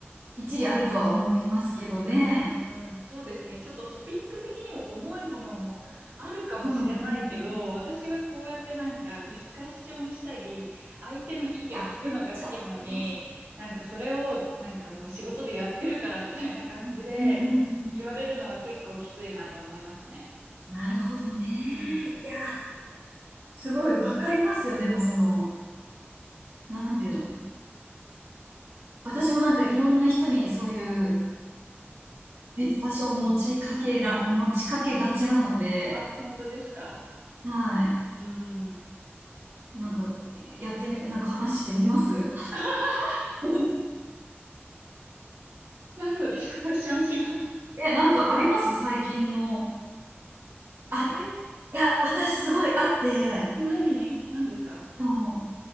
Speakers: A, on the right; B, on the right.
A: 一理あるとは思いますけどね。
B: うんうんうん、そうですね。ちょっとトピック的にも重いものもあるかもしれないけど、
A: うんうんうんうん。い
B: 私はこうやってなんかディスカッションしたり、相手の意見聞くのが好きなのに、
A: や、めっちゃわかります。
B: なんかそれをなんかもう仕事でやってるからみたいな感じで言われるのは結構きついなと思いますね。
A: うんうんうん。なるほどね。
B: うん。
A: いや、すごいわかりますよ。でも、その、なんていうの。私もなんかいろんな人にそういうディスカッションを持ちかけら、持ちかけがちなので、
B: あ、本当ですか
A: はい。
B: うん。
A: なんか、えやってみ、なんか話してみます
B: <laughs>
A: <laughs>
B: 何のディスカッションします
A: え、なんかあります最近の。あ、
B: えー、
A: いや、私すごいあって、
B: 何何ですか
A: あの